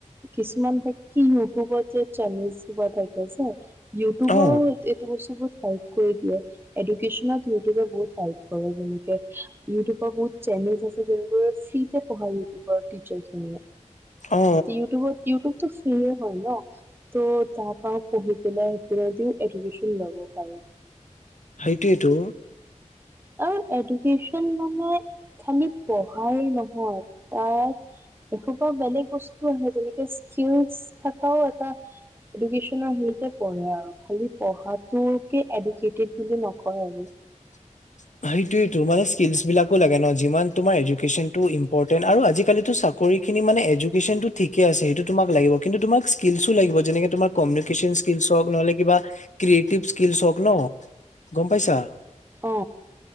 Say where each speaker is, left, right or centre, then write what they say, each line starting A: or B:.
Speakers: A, on the right (about 15°); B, on the left (about 70°).
A: কিছুমান <unintelligible> কি ইউটিউবত যে চেনেলছ ব্লগ থাকে যে। ইউটিউবও
B: অ
A: এইটো বস্তু বহুত হেল্প কৰি দিয়ে, এডুকেশ্যনত ইউটিউবে বহুত হেল্প কৰে যেনেকে ইউটিউবৰ বহুত চেনেল আছে। জোনবোৰ ফ্ৰী তে পঢ়ালে ইউটিউবৰ টীছাৰ খিনিয়ে,
B: অ
A: ইউটিউবত ফ্ৰীয়ে হয় ন? ত' তাৰপাও পঢ়ি পেলাই সও এডুকেচন ল'ব পাৰি।
B: সেইটোইটো
A: আৰু এডুকেশচন মানে খালি পঢ়াই নহয় তাত এসোপা বেলেগ বস্তু আহে যেনেকে স্কিলছ থকাও এটা এডুকেশ্বনৰ হয়তে পঢ়া আৰু খালি পঢ়াটোকে এডুকেটেট বুলি নকয় আৰু।
B: <inaudible> <unintelligible> সেইটোয়েটো মানে স্কিলছ বিলাকো লাগে ন যিমান তোমাৰ এডুকেশ্বনটো ইম্পৰটেন্ট আৰু আজিকালিটো ছাব চাকৰি খিনি মানে এডুকেশ্বন ঠিকে আছে সেইটো তোমাক লাগিব কিন্তু তোমাক স্কিলছো লাগিব যেনেকে তোমাৰ‌ কমিউনিকেশন স্কিল হক নহলে কিবা ক্ৰয়েটিভ <unintelligible> ন' গম পাইছা?
A: অ